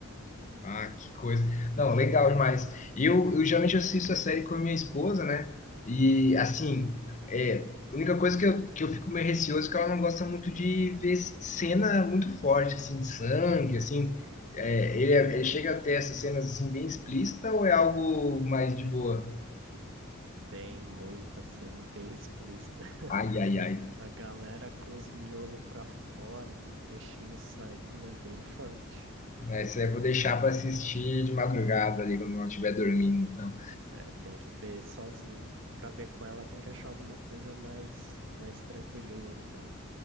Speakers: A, on the left (about 35°); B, on the right (about 65°).
A: Ah, que coisa. Não, legal demais. Eu, eu geralmente assisto a série com a minha esposa, né? E, assim, é, a única coisa que eu, que eu fico meio receoso é que ela não gosta muito de ver cena muito forte, assim, de sangue, assim. É, ele, ele chega a ter essas cenas, assim, bem explícita ou é algo mais de boa?
B: Tem muita cena bem explícita. <laughs>
A: Ai, ai, ai.
B: A galera com os miolos pra fora, com o intestino saindo, é bem forte.
A: Essa eu vou deixar para assistir de madrugada ali, quando eu estiver dormindo, então.
B: É, tem que ver sozinho. Pra ver com ela, tem que achar alguma coisa mais, mais tranquilinha, então.